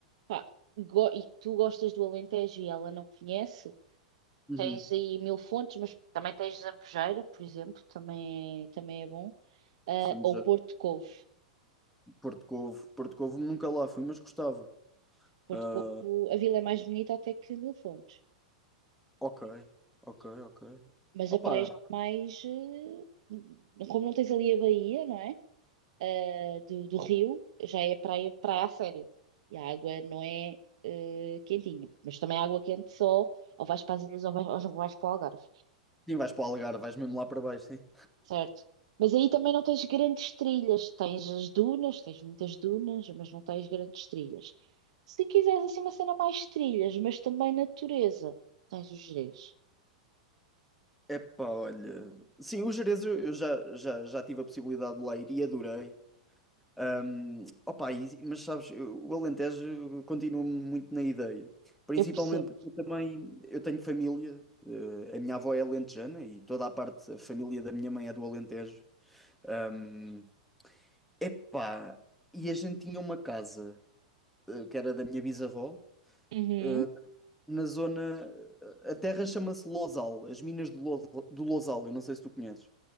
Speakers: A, on the right (about 65°); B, in the centre.
A: pá, go- e que tu gostas do Alentejo e ela não conhece,
B: uhum,
A: tens aí mil fontes, mas também tens Zambujeira, por exemplo, também é, também é bom, Ah,
B: estamos
A: ou
B: a
A: Porto Covo.
B: Porto Covo. Porto Covo nunca lá fui, mas gostava.
A: Porto
B: Ah,
A: Covo, a vila é mais bonita até que mil fontes.
B: Ok, ok, ok.
A: Mas
B: Opa,
A: a praia é mais. eh, Como não tens ali a baía, não é? Ah, do, do rio, já é praia, praia a sério. E a água não é eh, quentinha. Mas também a água quente só, ou vais para as ilhas ou vais, ou não vais para o Algarve,
B: sim, vais para o Algarve, vais mesmo lá para baixo, sim.
A: certo? Mas aí também não tens grandes trilhas. Tens as dunas, tens muitas dunas, mas não tens grandes trilhas. Se quiseres assim uma cena mais trilhas, mas também natureza, tens os gerês.
B: Epá, olha. Sim, o Gerês eu, eu já, já, já tive a possibilidade de lá ir e adorei. Ahm, opa, e- mas sabes, eu- o Alentejo continua muito na ideia. Principalmente
A: Eu percebo.
B: porque eu também eu tenho família, eh, a minha avó é alentejana e toda a parte, a família da minha mãe é do Alentejo. Ahm, epá, e a gente tinha uma casa, eh, que era da minha bisavó.
A: Uhum.
B: eh, na zona. A terra chama-se Losal, as minas de Lo- do Losal, eu não sei se tu conheces.